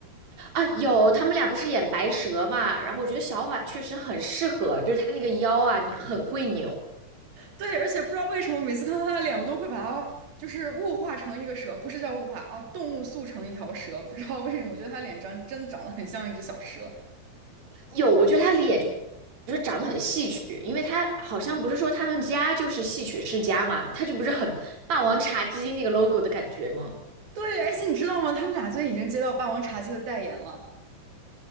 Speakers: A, on the right (about 50°); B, on the right (about 85°).
A: 啊。有，他们俩不是演白蛇嘛，然后我觉得小婉确实很适合，就是她那个腰啊，你很会扭。
B: 对，而且不知道为什么，每次看到他的脸，我都会把他就是物化成一个蛇，不是叫物化啊，动物塑成一条蛇。不知道为什么，我觉得他脸长真的长得很像一只小蛇。
A: 有，我觉得她脸就是长得很戏曲，因为她好像不是说他们家就是戏曲世家嘛，她就不是很霸王茶姬那个 logo 的感觉吗？
B: 对，而且你知道吗？他们俩最近已经接到《霸王茶姬》的代言了。